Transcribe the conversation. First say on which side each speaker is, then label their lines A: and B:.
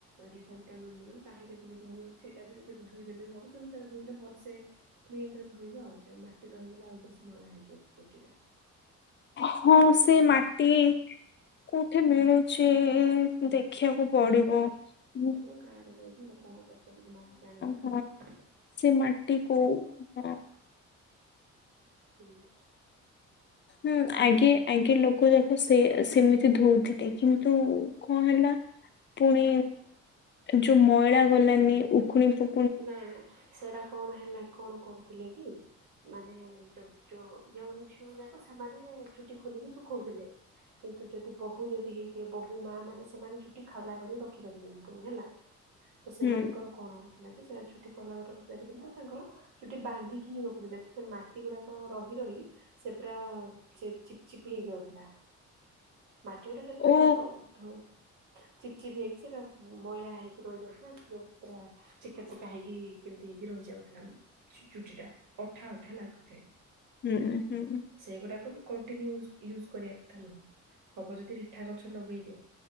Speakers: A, on the right (about 85°); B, on the left (about 40°).
A: ରିଠା ପିଠା <unintelligible> ତାହିଁରେ ବି ଯଦି ମିଳୁଛି ସେଇଟା ବି ଧୋଇ ଦେଲେ ବି ହବ କିନ୍ତୁ ସେଇଟା ଧୋଇଲେ ଭଲସେ କ୍ଲିନ ରେ ଧୋଇବ ଆଉ ସେ ମାଟି ରହିଗଲେ ଆଉ ବେଶୀ ମଇଳା ହେଇଯିବ ଚୁଟିଟା।
B: ହଁ ସେ ମାଟି କଉଠି ମିଳୁଚି ଇ ଇ ଇ ବ ଦେଖିଆକୁ ପଡିବ ହୁଁ।
A: ଗାଁରେ ଯାଇକି ଲୋକଙ୍କୁ ପଚାରିକି ମାଗିକି ଆଣିଲେ
B: ହଁ
A: ହବ।
B: ସେ ମାଟି କୋଉ ହଁ
A: ଠିକ୍ ଅଛି।
B: ହୁଁ ଆଗେ ଆଗେ ଲୋକ ଯାକ ସେ ସେମିତି ଧଉଥିଲେ କିନ୍ତୁ କଣ ହେଲା ପୁଣି ଯୋଉ ମଇଳା ଗଲାନି ଉଖୁଣି ପୁ
A: ନା ସେଇଟା କଣ ହେଲା କଣ କରୁଥିଲେ କି? ମାନେ ଯୋଉ ଯୋଉ ୟଙ୍ଗ ଝିଅ ଯାକ ସେମାନେ ଚୁଟି ଖୋଲିକି ଶୁଖଉଥିଲେ। କିନ୍ତୁ ଯଦି ବୋହୁ ଯଦି ହେଇଥିବେ ବୋହୁ ମା ମାନେ ସେମାନେ ଚୁଟି ଖାଉଲା କରି ରଖିପାରିବେନି ପୁଣି ହେଲା। ତ ସେମାନଙ୍କର
B: ହୁଁ
A: କଣ ହୋଉଥିଲା କି ସେ ଛୁଟି କୋଲା କରିକି ରଖିପାରିବେନି ତ ତାଙ୍କର? ଚୁଟି ବାନ୍ଧିକି ହିଁ ରଖୁଥିଲେ ତ ସେ ମାଟି ଗୁରାକ ରହି ରହି ସେ ପୁରା ସେ ଚିପ୍ ଚିପ୍ ହେଇଯାଉଥିଲା। ମାଟି ଗୋଟେ ସେଠି ତ
B: ଓ
A: ର ଧୋ ଚିପ୍ ଚିପ୍ ହେଇକି ସେଟା ମଇଳା ହେଇକି ରହିଯାଇଥିଲା <unintelligible> ପୁରା ଚିକା ଚିକା ହେଇକି କେମିତି ହେଇକି ରହିଯାଉଥିଲା ମଁ। ଚୁଟି ଟା ଅଠା ଅଠା ଲାଗୁଥାଏ।
B: ହୁଁ ହୁଁ।
A: ସେଗୁଡ଼ାକ ବି କଣ୍ଟିନ୍ୟୁ ୟୁଜ୍ ୟୁଜ କରିବା କଥା ନୁହଁ। ହବ ଯଦି ରିଠା ଗଛ ଲଗେଇ ଦିଅ।